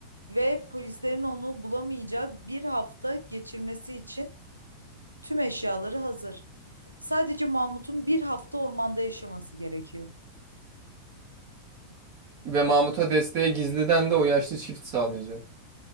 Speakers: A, on the right; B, on the right.
A: Ve polislerin onu bulamayacağı bir hafta geçirmesi için tüm eşyaları hazır. Sadece Mamut'un bir hafta ormanda yaşaması gerekiyor.
B: Ve Mahmut'a desteğe gizliden de o yaşlı çift sağlayacak.